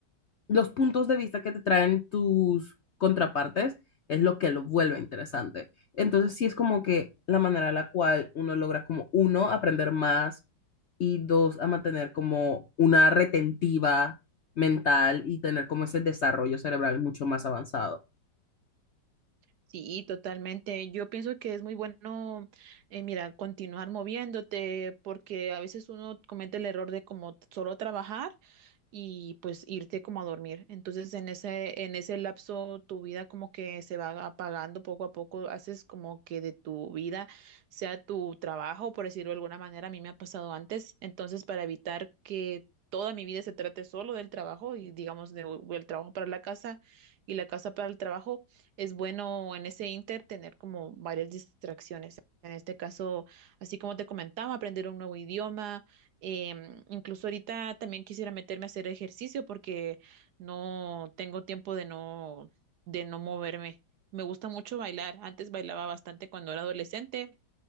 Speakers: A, on the left; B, on the right.
A: los puntos de vista que te traen tus contrapartes es lo que lo vuelve interesante. Entonces, sí es como que la manera en la cual uno logra como, uno, aprender más y dos, a mantener como una retentiva mental y tener como ese desarrollo cerebral mucho más avanzado.
B: Sí, totalmente. Yo pienso que es muy bueno, eh, mira, continuar moviéndote, porque a veces uno comete el error de como t- solo trabajar y pues irte como a dormir. Entonces, en ese, en ese lapso, tu vida como que se va apagando poco a poco. Haces como que de tu vida sea tu trabajo, por decirlo de alguna manera. A mí me ha pasado antes. Entonces, para evitar que toda mi vida se trate solo del trabajo y digamos de- del trabajo para la casa y la casa para el trabajo es bueno en ese inter tener como varias distracciones. En este caso, así como te comentaba, aprender un nuevo idioma. em, incluso ahorita también quisiera meterme a hacer ejercicio porque no tengo tiempo de no, de no moverme. Me gusta mucho bailar. Antes bailaba bastante cuando era adolescente